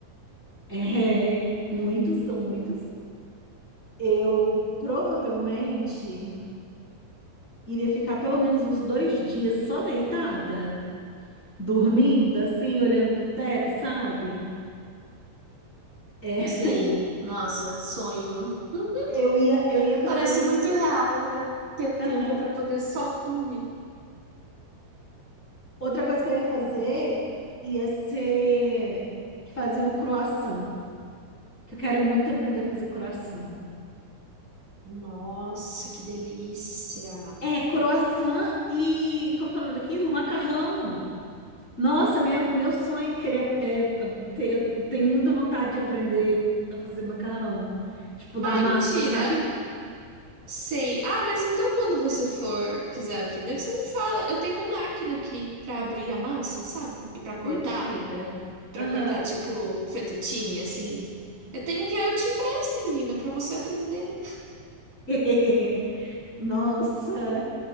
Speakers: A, on the left (about 20°); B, on the right (about 60°).
A: É, muitos, são muitos. Eu provavelmente iria ficar pelo menos uns dois dias só deitada. dormindo,
B: Uhum.
A: assim, olhando pro teto, sabe? É,
B: Sei. Nossa, sonho. <laughs>
A: eu ia, eu ia fazer
B: Parece
A: um.
B: muito real, né? Ter
A: Aham.
B: tempo para poder só dormir.
A: Outra coisa que eu ia fazer ia ser fazer um croissant, que eu quero muito aprender a fazer croissant.
B: Nossa, que delícia!
A: É, croissant e. Como que é o nome daquilo? Macarrão. Nossa, minha, meu sonho é querer. É, ter- eu tenho muita vontade de aprender a fazer macarrão. Tipo, da
B: Ai,
A: massa,
B: mentira!
A: sabe?
B: Sei. Ah, mas então quando você for quiser aprender, você me fala. Eu tenho a máquina aqui para abrir a massa, sabe? E para cortar.
A: Mentira.
B: Pra
A: Aham.
B: cortar, tipo, fettuccine, assim. Eu tenho aqui, eu te empresto, menina, pra você aprender.
A: <laughs> Nossa.